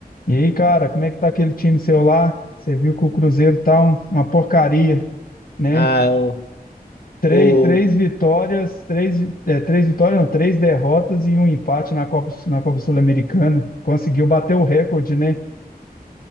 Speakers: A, on the left; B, on the left.
A: E aí, cara, como é que tá aquele time seu lá? Você viu que o Cruzeiro tá um- uma porcaria, né?
B: Ah, o,
A: Três,
B: o,
A: três vitórias, três, é, três vitórias, não, três derrotas e um empate na Copa, na Copa Sul-Americana. Conseguiu bater o recorde, né?